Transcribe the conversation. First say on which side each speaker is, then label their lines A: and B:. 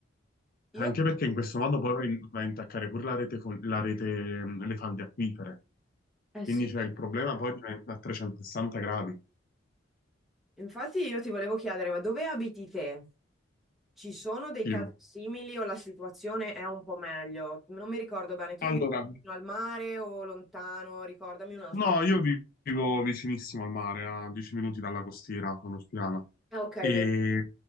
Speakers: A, on the left (about 50°); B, in the centre.
A: Anche
B: Io...
A: perché in questo modo poi vai in- vai a intaccare pure la rete, fon- la rete, mh, le falde acquifere.
B: Eh
A: Quindi
B: sì.
A: c'è il problema poi diventa a 360 gradi.
B: Infatti io ti volevo chiedere, ma dove abiti te? Ci sono dei
A: Sì.
B: casi simili o la situazione è un po' meglio? Non mi ricordo bene, tu
A: Allora,
B: vivi vicino al mare o lontano? Ricordami un attimo.
A: no, io vi- vivo vicinissimo al mare, a 10 minuti dalla costiera, a Nostiana.
B: Ah, ok, vedi.
A: E